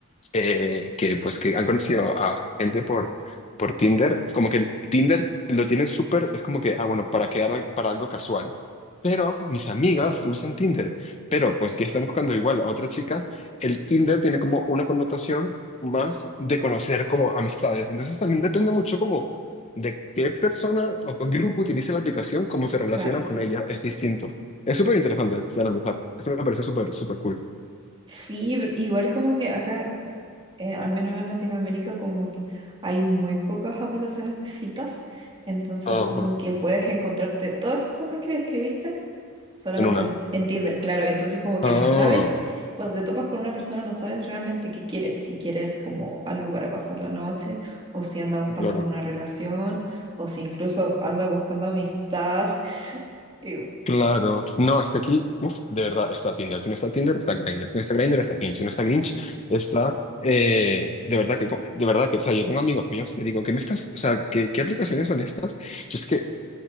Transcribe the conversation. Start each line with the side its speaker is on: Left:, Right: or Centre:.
Left: eh, que pues que han conocido a gente por, por Tinder, como que Tinder lo tienen súper, es como que, ah, bueno, para quedar para algo casual. Pero mis amigas que usan Tinder, pero pues que están buscando igual a otra chica, el Tinder tiene como una connotación más de conocer como amistades. Entonces también depende mucho como de qué persona o qué grupo utilice la aplicación, cómo se relacionan
Right: Claro.
Left: con ella, es distinto. Es súper interesante de analizar. Esto me parece súper, súper cool.
Right: Sí, pero igual como que acá, eh, al menos en Latinoamérica, como que hay muy pocas aplicaciones de citas, entonces
Left: Ajá,
Right: como que puedes encontrarte todas esas cosas que describiste solamente
Left: en una.
Right: en, en Tinder, claro, entonces como que
Left: Ah.
Right: no sabes, cuando te topas con una persona no sabes realmente qué quieres, si quieres como algo para pasar la noche, o si anda buscando
Left: Claro,
Right: como una relación, o si incluso anda buscando amistad, <laughs> eh,
Left: claro. No, es que aquí, uff, de verdad, está Tinder. Si no está Tinder, está Grindr. Si no está Grindr, está Hinge. Si no está Hinge, está... eh, de verdad que, co- de verdad que, o sea, yo tengo amigos míos que digo, ¿qué me estás, o sea, qué, qué aplicaciones son estas? Yo es que